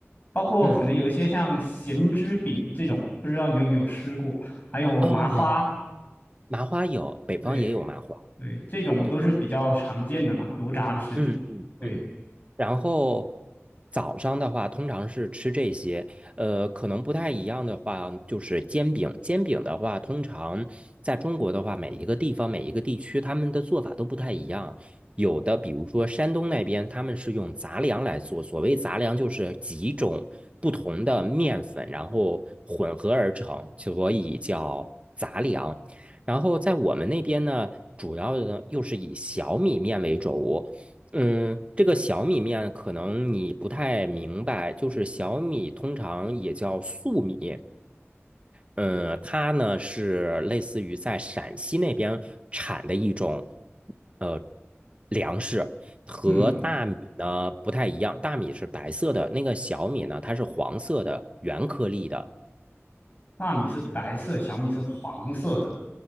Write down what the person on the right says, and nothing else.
嗯，
啊，没有，麻花有，北方也有麻花，
对吧？
嗯嗯嗯，
然后早上的话，通常是吃这些，呃，可能不太一样的话，就是煎饼。煎饼的话，通常在中国的话，每一个地方、每一个地区，他们的做法都不太一样。有的，比如说山东那边，他们是用杂粮来做。所谓杂粮，就是几种不同的面粉，然后混合而成，所以叫杂粮。然后在我们那边呢，主要的又是以小米面为主。嗯，这个小米面可能你不太明白，就是小米通常也叫粟米，嗯，它呢是类似于在陕西那边产的一种呃粮食，和大米呢不太一样，
大米是白色的，那个小米呢它是黄色的，圆颗粒的，